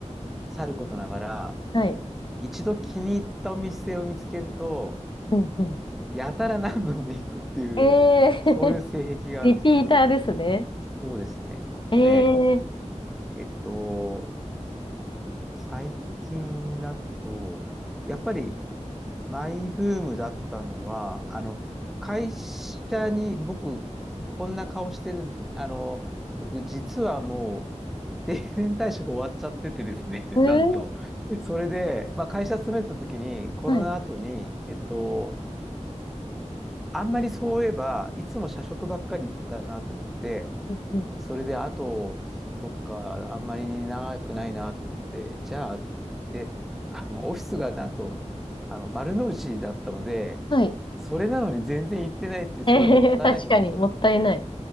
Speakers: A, in the centre; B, on the left.
A: さることながら、
B: はい。
A: 一度気に入ったお店を見つけると、
B: うんうん。
A: やたら何度も行くっていう、
B: えー
A: そういう性癖がある人です。
B: <laughs> リピーターですね。
A: そうですね。でね、
B: えええ
A: えっと、最近だと、やっぱりマイブームだったのは、あの、会社に僕、こんな顔してるん、あの、僕、実はもう、定年退職終わっちゃっててですね、<laughs>
B: ー、
A: なんと。それで、まあ、会社勤めてた時に、コロナ後に、
B: はい。
A: えっと、あんまりそういえば、いつも社食ばっかり行ってたなと思って、
B: うんうん。
A: それで、あと、そっか、あんまり長くないなと思って、じゃあって言って、あの、オフィスがなんと、あの、丸の内だったので、
B: はい。
A: それなのに全然行ってないっていうすごいもったいないことをしたので、
B: ええ <laughs> 確かに、もったいない。